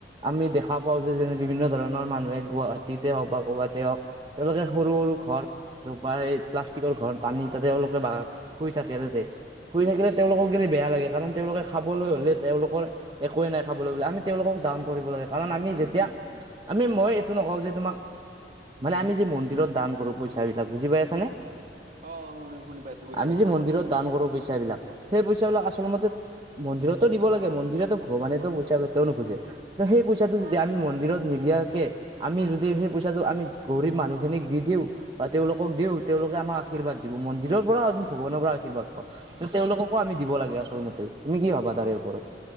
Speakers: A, on the right; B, on the right.
A: আমি দেখা পাও, যেনে বিভিন্ন ধৰণৰ মানুহে গুৱাহাটীতে হওক বা ক'ৰবাতে হওক। তেওঁলোকে সৰু- সৰু ঘৰ তপ এই প্লাষ্টিকৰ ঘৰ টানি তাতে তেওঁলোকে শুই থাকে তাতে। শুই থাকিলে তেওঁলোকক গেলে বেয়া লাগে কাৰণ তেওঁলোকে খাবলৈ হলে তেওঁলোকৰ একেই নাই। খাবলৈ আমি তেওঁলোকক দন কৰিব লাগে কাৰণ আমি যেতিয়া আমি মই এইটো নকও যে তোমাক। মানে আমি যে মন্দিৰত দান কৰো পইচাবিলাক বুজি পাই আছানে?
B: অ, শুনো শুনি পাইছো বুজি
A: আমি
B: পাইছো
A: যে মন্দিৰত
B: ক?
A: দান কৰো পইচাাবলাক সেই পইচাাবলাক আচলমতে মন্দিৰতো দিব লাগে মন্দিৰতো ভগৱানে পই পইচা তেওঁ নোখোজে সেই পইচাটো যদি আমি মন্দিৰত নিদিয়াকে আমি যদি সেই পইচাটো আমি গৰীব মানুহখিনিক দি দিও। বা তেওঁলোকক দিও তেওঁলোকে আমাক আশীৰ্বাদ দিব মন্দিৰৰ পৰা আমি ভগৱানৰ পৰা আশীৰ্বাদ পাও। ত তেওঁলোককো আম দিব লাগে আচল মতে। তুমি কি ভাবা তাৰে ওপৰত?